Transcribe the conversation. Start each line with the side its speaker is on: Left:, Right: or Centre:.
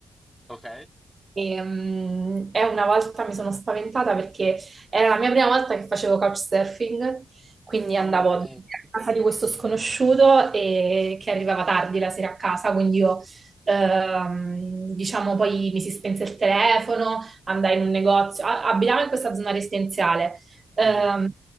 Centre: Ok.
Right: e, mm, e una volta mi sono spaventata perché era la mia prima volta che facevo couchsurfing, quindi andavo
Centre: Ah, ok.
Right: a casa di questo sconosciuto e che arrivava tardi la sera a casa, quindi io, ehm, diciamo, poi mi si spense il telefono, andai in un negozio, a- abitavo in questa zona residenziale, ehm,
Centre: Mhm.